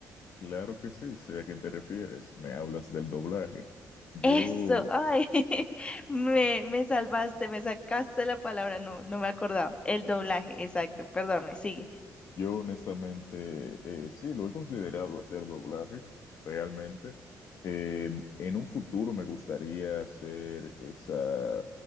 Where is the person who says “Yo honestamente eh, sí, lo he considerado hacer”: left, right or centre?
Left